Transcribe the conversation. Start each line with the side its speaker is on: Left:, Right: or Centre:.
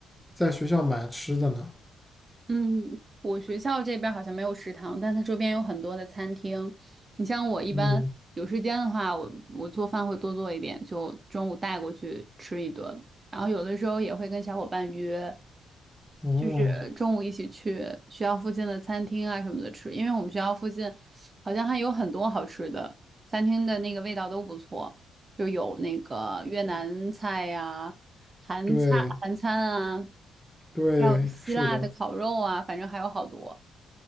Centre: 在学校买吃的呢？
Right: 嗯，我学校这边儿好像没有食堂，但它周边有很多的餐厅。你像我一般有时间的话，
Centre: 嗯，
Right: 我我做饭会多做一点，就中午带过去吃一顿。然后有的时候也会跟小伙伴约，
Centre: 哦，
Right: 就是中午一起去学校附近的餐厅啊什么的吃，因为我们学校附近好像还有很多好吃的餐厅的那个味道都不错，就有那个越南菜呀、韩菜、
Centre: 对
Right: 韩餐啊，
Centre: 对，
Right: 还有希腊的烤肉啊，
Centre: 是的，
Right: 反正还有好多。